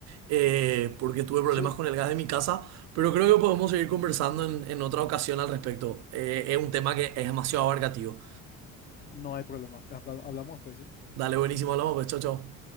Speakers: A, on the right; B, on the left.
A: eh, porque tuve problemas
B: sí,
A: con el gas de mi casa. Pero creo que podemos seguir conversando en, en otra ocasión al respecto. Eh, es un tema que es demasiado abarcativo.
B: no hay problema. Habla- Hablamos pues, ¿sí?
A: Dale, buenísimo, hablamos pues, chao, chao.